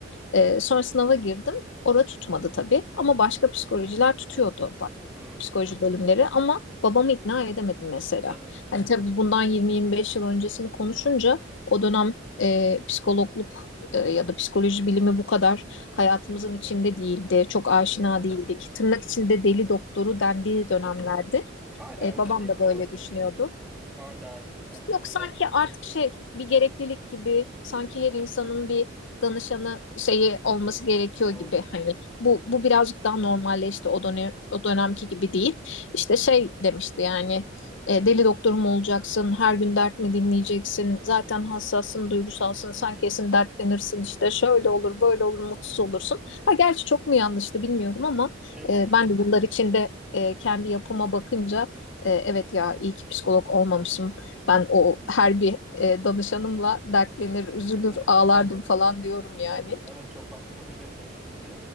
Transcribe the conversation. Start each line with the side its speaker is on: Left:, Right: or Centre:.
Left: E, sonra sınava girdim. Orada tutmadı tabii ama başka psikolojiler tutuyordu. Bak,
Centre: Hmm.
Left: psikoloji bölümleri ama babamı ikna edemedim mesela.
Centre: Evet,
Left: Hani tabii bundan 20-25 yıl öncesini konuşunca o dönem e, psikologluk e, ya da psikoloji bilimi bu kadar hayatımızın içinde değildi. Çok aşina
Centre: evet.
Left: değildik. Tırnak içinde deli doktoru dendiği dönemlerdi.
Centre: Hala
Left: E,
Centre: öyle
Left: babam
Centre: değil
Left: da
Centre: mi
Left: böyle
Centre: ama şimdi
Left: düşünüyordu.
Centre: hala aslında
Left: Yok sanki artık şey bir gereklilik gibi sanki
Centre: hmm,
Left: her insanın bir danışanı şeyi olması gerekiyor
Centre: doğru.
Left: gibi hani bu bu birazcık daha normalleşti o dönem o dönemki gibi değil. İşte şey demişti yani e, deli doktor mu olacaksın her gün dert mi dinleyeceksin zaten hassassın duygusalsın sen kesin dertlenirsin işte şöyle olur böyle olur mutsuz olursun. Ha gerçi çok mu yanlıştı bilmiyorum ama
Centre: E yani
Left: e, ben de bunlar içinde e, kendi yapıma bakınca e, evet ya iyi ki psikolog olmamışım ben o her bir e, danışanımla dertlenir, üzülür,
Centre: e,
Left: ağlardım falan diyorum yani.
Centre: Evet çok haksızlık etme şimdi.